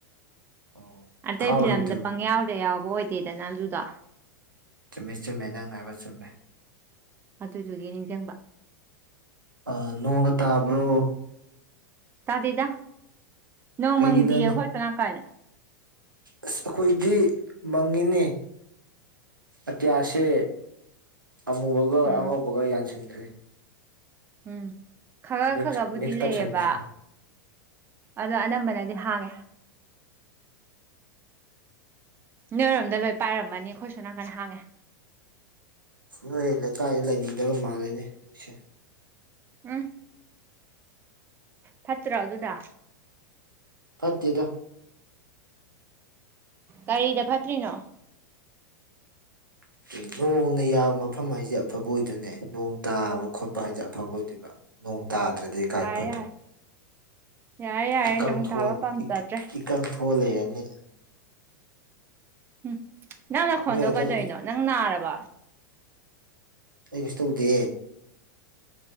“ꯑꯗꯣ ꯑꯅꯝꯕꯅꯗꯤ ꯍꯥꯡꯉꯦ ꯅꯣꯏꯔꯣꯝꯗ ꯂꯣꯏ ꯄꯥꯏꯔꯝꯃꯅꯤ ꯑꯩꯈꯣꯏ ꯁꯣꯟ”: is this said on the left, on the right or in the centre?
Right